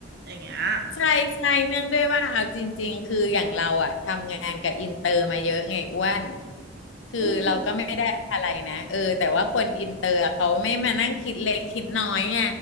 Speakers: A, on the right (about 55°); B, on the left (about 80°).
A: อย่างเงี้ย
B: ใช่ใช่เนื่องด้วยว่าเอาจริงๆคืออย่างเราอะทำงานกับอินเตอร์มาเยอะไงอ้วนคือเราก็ไม่ได้อะไรนะเออแต่ว่าคนอินเตอร์เขาไม่มานั่งคิดเล็กคิดน้อยไง
A: อืม